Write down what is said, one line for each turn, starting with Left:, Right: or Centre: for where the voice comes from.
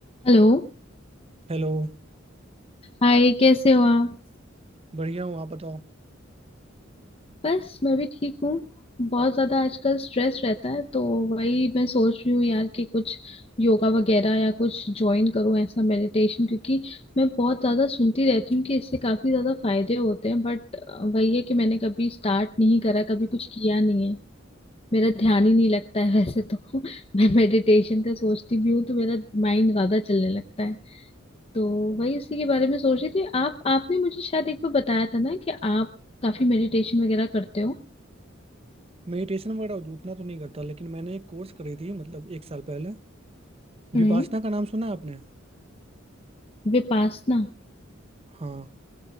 Left: Hello
Right: हेलो
Left: Hi कैसे हो आप
Right: बढ़िया हूँ आप बताओ
Left: बस मैं भी ठीक हूँ बहुत ज़्यादा आजकल स्ट्रेस रहता है तो वही मैं सोच रही हूँ यार कि कुछ योगा वगैरह या कुछ ज्वाइन करूँ ऐसा मेडिटेशन क्योंकि मैं बहुत ज़्यादा सुनती रहती हूँ कि इससे काफ़ी ज़्यादा फायदे होते हैं बट वही है कि मैंने कभी स्टार्ट नहीं करा कभी कुछ किया नहीं है मेरा ध्यान ही नहीं लगता है वैसे तो <laughs> मैं मेडिटेशन का सोचती भी हूँ तो मेरा माइंड ज़्यादा चलने लगता है तो वही उसी के बारे में सोच रही थी आप आपने मुझे शायद एक बार बताया था ना कि आप काफी मेडिटेशन वगैरह करते हो
Right: मेडिटेशन वगैरह उतना तो नहीं करता लेकिन मैंने एक कोर्स करी थी मतलब एक साल पहले
Left: हम्म
Right: विपासना का नाम सुना है आपने
Left: विपासना
Right: हाँ